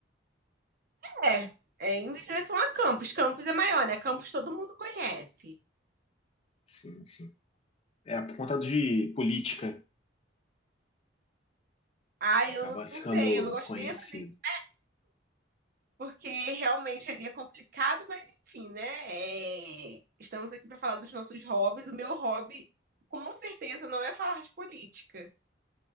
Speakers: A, on the right; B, on the left.
A: é, é indo em direção a Campos. Campos é maior, né? Campos todo mundo conhece.
B: Sim, sim. É por conta de política.
A: Ah, eu
B: Acaba
A: não,
B: ficando
A: não sei, eu não gosto
B: conhecido.
A: nem de entrar nesse porque realmente ali é complicado, mas enfim, né? É, Estamos aqui para falar dos nossos hobbies. O meu hobby, com certeza, não é falar de política.